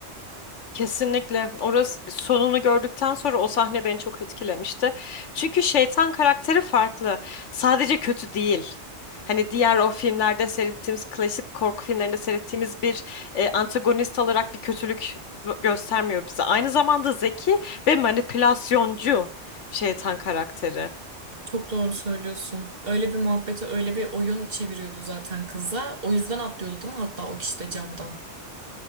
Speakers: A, on the left; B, on the right.
A: Kesinlikle. Orası sonunu gördükten sonra o sahne beni çok etkilemişti. Çünkü şeytan karakteri farklı. Sadece kötü değil. Hani diğer o filmlerde seyrettiğimiz klasik korku filmlerinde seyrettiğimiz bir e, antagonist olarak bir kötülük v- göstermiyor bize. Aynı zamanda zeki ve manipülasyoncu şeytan karakteri.
B: Çok doğru söylüyorsun. Öyle bir muhabbeti öyle bir oyun çeviriyordu zaten kıza. O yüzden atlıyordu değil mi? Hatta o kişi de camdan.